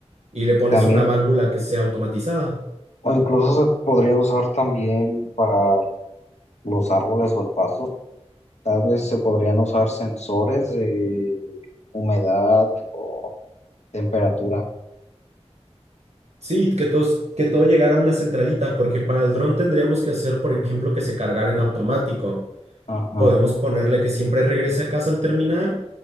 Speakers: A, on the right; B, on the left.
A: y le pones
B: También,
A: una válvula que sea automatizada.
B: o incluso se podría usar también para los árboles o el pasto Tal vez se podrían usar sensores de humedad o temperatura.
A: Sí, que tos- que todo llegara a una centralita, porque para el dron tendríamos que hacer, por ejemplo, que se cargara en automático.
B: Ajá.
A: Podemos ponerle que siempre regrese a casa al terminar